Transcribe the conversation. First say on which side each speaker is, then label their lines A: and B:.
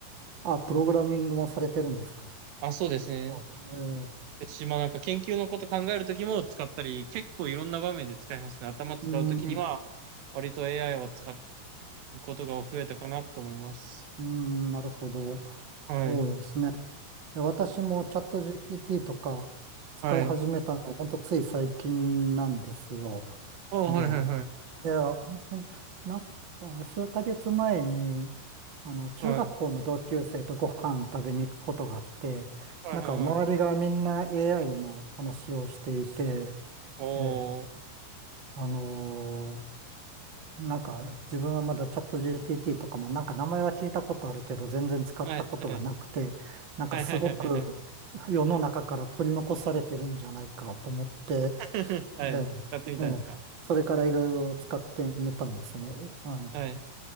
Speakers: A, on the right (about 30°); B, on the right (about 90°).
A: あ、プログラミングもされてるんですか。
B: あ、そうですね。
A: あええ
B: ですし、まあ、なんか研究のこと考えるときも使ったり、結構いろんな場面で使えますね。頭使うときには、
A: うん。
B: 割と AI は使うことが増えたかなと思います。
A: うーん、なるほど。
B: はい。
A: そうですね。え私もチャット GPT とか使い始めたの、
B: はい。
A: ほんとつい最近なんですよ。
B: おーはいはいはい。
A: で、いや、ほん、なんか数ヶ月前に、あの、中学校の同級生とご飯食べに行くことがあって、
B: はい。はいはいはい。
A: なんか周りがみんな AI の話をしていて、
B: おー。
A: ええ、あのーなんか自分はまだチャット GPT とかもなんか名前は聞いたことあるけど全然使ったことがなくてなんかすごく
B: はいはいはい。はいはいはいはいはい。
A: 世の中から取り残されてるんじゃないかと思って、
B: <laughs> はい。
A: え
B: 使ってみたんですか
A: え、ええ、それからいろいろ使ってみたんですね。は
B: はい。